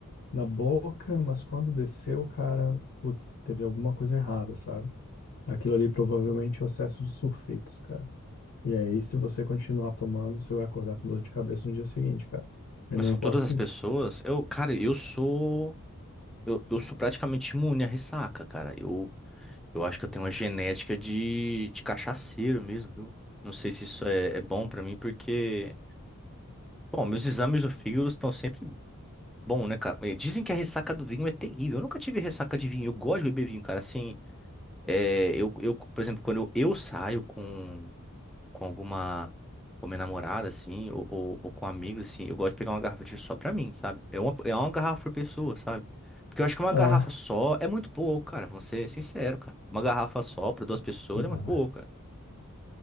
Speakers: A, on the left (about 70°); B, in the centre.
A: na boca, mas quando desceu, cara, putz, teve alguma coisa errada, sabe? Aquilo ali provavelmente é o excesso de sulfitos, cara. E aí, se você continuar tomando, você vai acordar com dor de cabeça no dia seguinte, cara. E
B: Mas
A: não
B: são
A: importa
B: todas as
A: se.
B: pessoas? Eu, cara, eu sou eu, eu sou praticamente imune à ressaca, cara. Eu, eu acho que eu tenho uma genética de, de cachaceiro mesmo, viu? Não sei se isso é, é bom pra mim, porque... Bom, meus exames do fígado estão sempre Bom, né, cara? Eh, Dizem que a ressaca do vinho é terrível. Eu nunca tive ressaca de vinho. Eu gosto de beber vinho, cara. Assim, eh, eu, eu, por exemplo, quando eu, eu saio com, com alguma, com minha namorada, assim, ou, ou, ou com amigos, assim, eu gosto de pegar uma garrafa de vinho só pra mim, sabe? É uma, é uma garrafa por pessoa, sabe? Porque eu acho que uma
A: <laughs>
B: garrafa só é muito pouco, cara. Vou ser sincero, cara. Uma garrafa só pra duas pessoas é muito
A: Ah,
B: pouco, cara.